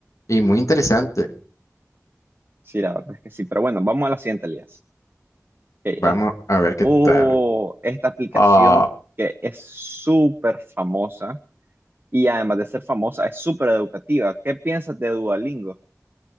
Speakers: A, on the left (about 85°); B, on the right (about 40°).
A: y muy interesante.
B: Sí, la verdad es que sí. Pero bueno, vamos a la siguiente alianza. que
A: Vamos
B: es,
A: a ver qué
B: oh,
A: tal.
B: esta aplicación
A: Ah,
B: que es súper famosa y además de ser famosa, es súper educativa. ¿Qué piensas de Duolingo?